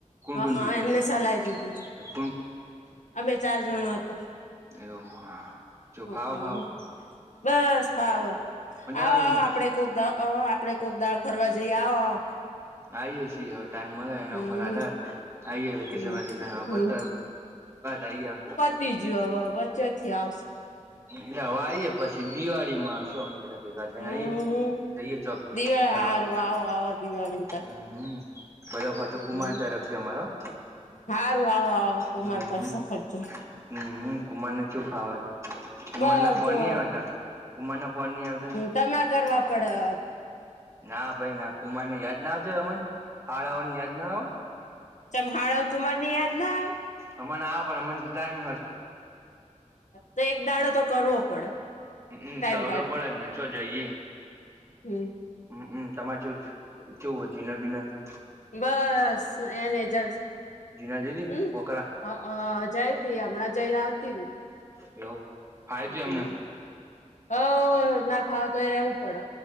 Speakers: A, on the right; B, on the left.
A: કોણ
B: હ
A: કોણ
B: અ
A: જ્યું
B: એમને સલાય દીધી હતી
A: તું
B: અમે ચાર જણઅ હતો
A: એવો
B: હમ
A: જો ફાવા ફવા
B: બસ ફાવ આવો આવો
A: આવીને
B: આપ આપડે કોક દાળ આપડે કોક દાળ ફરવા જઈએ આવ આવ
A: આઈ છીએ હવે ટાઈમ મલે એના
B: હમ
A: ઉપર આધાર આઈ એ વેકેશન
B: હમ
A: <unintelligible>
B: હમ
A: વાત આમ
B: બીજું હવે વચ્ચે થી આવશે
A: એલે હવે આઈએે પછી દિવાળી માં આવશું બધા ભેગા થઈને
B: હમ
A: આઈએ જઈએ ચોક
B: દિવાળી
A: ફરવા
B: હારું આવો આવો દિવાળી ત
A: હમ્મ બધો ખર્ચો કુમાર
B: હમ
A: તરફ થી અમારો હો
B: હારું આવો આવો કુમાર
A: હમ
B: કરશે ખર્ચો
A: હમ કુમારને ચુ ફાવે કુમાર
B: બસ
A: ના ફોન
B: જો
A: ની આવતા કુમારના ફોન ની આવતા ને
B: તમાર કરવા પડે અ
A: ના ભાઈ ના કુમાર ને યાદ ના આવતી અમારે હાદા ઓ ને યાદ ના આવે
B: ચેમ હાડાઓ કુમાર ને યાદ ના આવે
A: અમને આવે પણ અમને ટાઈમ ન
B: તો એક દાડો તો કરવો પડે
A: હમમ
B: ટાઈમ
A: કરવો
B: કાઢ
A: તો પડે જ ને છો જઈએ
B: હમ
A: હમમ તમારે જો કેવું હ જીન બીના
B: બસ એને જાલશે
A: જીનલ જીધી
B: હમ
A: કોકરા
B: હઅ જઈ તી હમણાં જઈને આવતી રી
A: એવું ફાવ્યું
B: હમમ
A: તું એમને
B: ઓહહ ના ફાવો તો એ રહેવું પડે